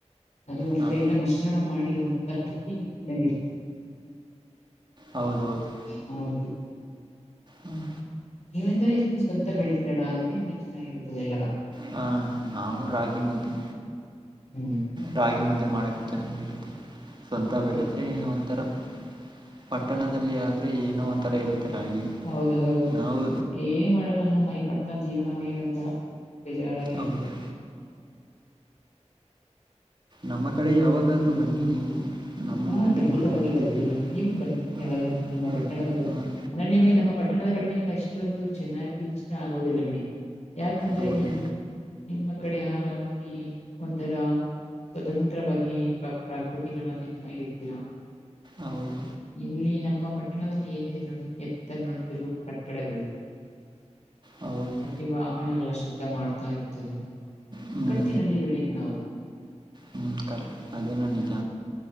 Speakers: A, on the left; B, on the right.
A: ಅದು ಒಂಥರ
B: ಹಾಂ
A: ಎಲ್ಲಾ ಮಿಶ್ರಣ ಮಾಡಿ ಒಂಥರ ಹಕ್ಕಿ ಹಟ್ಟಿದ್ದಂಗೆ ಇರ್ತದೆ
B: ಹೌದೌದು
A: ಹೌದು
B: ಹ್ಮ್
A: ನೀವೆಂದ್ರ ಇಷ್ಟ ಸ್ವಂತ ಬೆಳೀತಿರೋಣ ಅದಕ್ಕೆ ನಿಮ್ಗೆ ಚೆನ್ನಾಗಿರುತ್ತದೆ ಎಲ್ವಾ
B: ಹ ನಾವು ರಾಗಿ ಮುದ್ದೆ
A: ಹ್ಮ್
B: ರಾಗಿ ಮದೆ ಮಾಡಕ ಚೆನ್ನಾಗಿರುತ್ತೆ ಸ್ವಂತ ಬೆಡುತ್ತೆ
A: ಹ್ಮ್
B: ಒಂಥರ ಪಟ್ಟಣದಲ್ಲಿ ಆದ್ರೆ ಏನೋ ಒಂಥರ ಇರುತ್ತೆ ರಾಗಿ
A: ಹೌದ ಹೌದು
B: ನಾವು
A: ಏನ್ ಮಾಡೋಣ ನಮ್ಮ ಈ ಪಟ್ಟಣದ ಜೀವನವಹ ಅಂತ ಚನ್ನಾಗಿದೆ
B: ಹೌದು ನಮ್ಮ ಕಡೆ ಯಾವಾಗಾದ್ರೂ ಬನ್ನಿ ನೀವು ನಮ್ಮ
A: ಹಾ
B: ಮುದ್ದೆ
A: ಖಂಡಿತವಾಗಿ
B: ಮಾಡಿಕೊಡ್ತೀವಿ
A: ಬರ್ತೀವಿ ನೀವು ಬನ್ನಿ
B: ಹಾಂ
A: ಯಾವಾಗೂ ನಮ್ಮ
B: ಹಾಂ
A: ಪಟ್ಟಿ ಪಟ್ಟಣದ ಕಡೆ
B: ಹಾಂ
A: ಅಂದ್ರೆ ನಿಮಗೆ ನಮ್ಮ ಪಟ್ಟಣದ ಕಡೆ ನಿಮಗೆ ಅಷ್ಟೊಂದು ಚೆನ್ನಾಗಿ ಆಗೋುದಿಲ್ಲ ಬಿಡಿ ಯಾಕಂದ್ರೆ
B: ಹೌದು
A: ನೀವು ನಿಮ್ಮ ಕಡೆ ಆರಾಮಾಗಿ ಒಥರ ಸ್ವತಂತ್ರವಾಗಿ ಪ್ರ ಪ್ರಾಕೃತಗಳ ಮಧ್ಯ ಚೆನ್ನಾಗಿರ್ತೀರ
B: ಹೌದು
A: ಇಲ್ಲಿ ನಮ್ಮ ಪಟ್ಟಣದಲ್ಲಿ ಏನಿದೆ ನೋಡಿ ಎತ್ತ ನೋಡಿದರು ಕಟ್ಟಡಗಳು
B: ಹೌದು
A: ಮ ವಾಹನಗಳ ಶುದ್ದ ಮಾಡ್ತಾ ಇರುತ್ತದೆ
B: ಹ್ಞೂ
A: ಕಟ್ಟಿನಲ್ಲಿ ಇರಬೇಕು ನಾವು
B: ಹ್ಮ ಕರೆಕ್ ಅದೇ ನ ನಿಜ